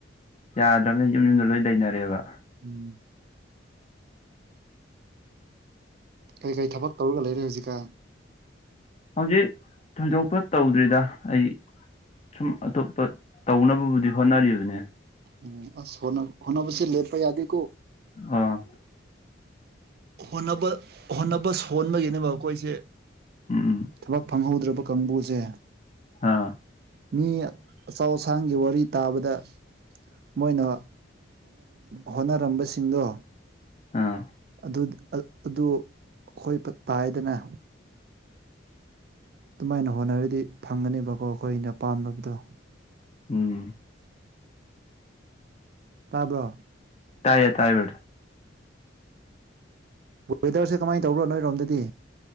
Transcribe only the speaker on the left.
ꯌꯥꯗ꯭ꯔꯕꯅ ꯌꯨꯝ ꯌꯨꯝꯗ ꯂꯣꯏ ꯂꯩꯅꯔꯦꯕ
ꯍꯧꯖꯤꯛ ꯊꯣꯏꯗꯣꯛꯄ ꯇꯧꯗ꯭ꯔꯤꯗ ꯑꯩ ꯁꯨꯝ ꯑꯇꯣꯞꯄ ꯇꯧꯅꯕꯕꯨꯗꯤ ꯍꯣꯠꯅꯔꯤꯕꯅꯦ
ꯑꯥ
ꯎꯝ
ꯑꯥ
ꯑꯥ
ꯎꯝ
ꯇꯥꯏꯌꯦ ꯇꯥꯏꯌꯦ